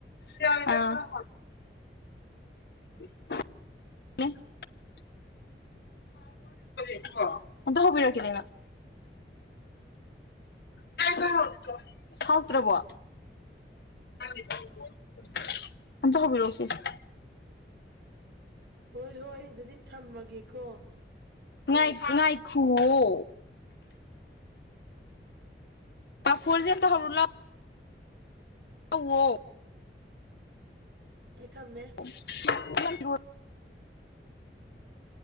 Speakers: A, on the left; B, on the right.
A: ꯑ <unintelligible> <unintelligible> <unintelligible> ꯑꯝꯇ ꯍꯧꯕꯤꯔꯛꯀ‌ꯦꯔꯥ ꯏꯃ <unintelligible> ꯍꯥꯎꯇ꯭ꯔꯕꯣ <unintelligible>
B: ꯍꯣꯏ ꯍꯣꯏ ꯑꯗꯨꯗꯤ ꯊꯝꯃꯒꯦꯀꯣ
A: ꯉꯥꯏ ꯉꯥꯏꯈꯨꯋ‌ꯣ ꯄꯥꯐ‌ꯣꯔꯖ‌ꯦ ꯑꯝꯇ ꯍꯧꯔꯨ ꯂꯥꯎ ꯇꯧꯋ‌ꯣ
B: ꯑꯩ ꯊꯝꯃꯦ
A: <unintelligible>